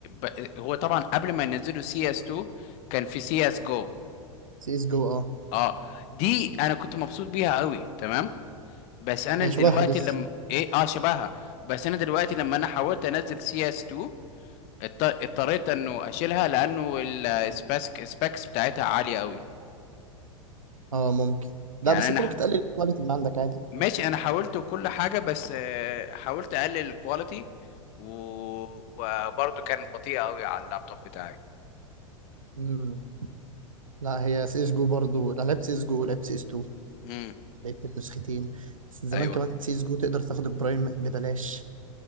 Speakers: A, on the left (about 40°); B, on the right (about 75°).
A: ب هو طبعا قبل ما ينزلوا سي اس 2 كان في سي اس جو
B: سي اس جو اه
A: اه دي انا كنت مبسوط بيها قوي تمام بس انا
B: هي
A: دلوقتي
B: شبهها لسه
A: لما ايه اه شبهها بس انا دلوقتي لما انا حاولت انزل سي اس 2 اضطريت انه اشيلها لانه السبيكس سبيكس بتاعتها عالية قوي
B: اه ممكن لا
A: يعني
B: بس
A: انا
B: أنت ممكن تقلل الكواليتي من عندك عادي
A: ماشي انا حاولت وكل حاجه بس آه، حاولت اقلل الكواليتي و... وبرضه كانت بطيئه قوي على اللابتوب بتاعي
B: مم. لا هي سي اس جو برضه أنا لعبت سي اس جو ولعبت سي اس 2
A: امم
B: لعبت النسختين بس زمان
A: ايوه
B: كمان سي اس جو تقدر تاخد البرايم ببلاش